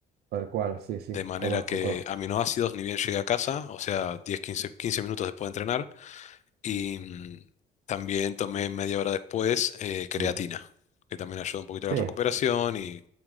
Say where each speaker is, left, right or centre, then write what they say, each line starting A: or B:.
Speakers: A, on the right; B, on the left.
A: tal cual, sí, sí,
B: De manera
A: conozco,
B: que
A: conozco.
B: aminoácidos, ni bien llegué a casa, o sea, diez, quince, 15 minutos después de entrenar, y mm, también tomé media hora después eh, creatina,
A: Ujú.
B: que también ayuda un poquito a
A: Sí,
B: la recuperación y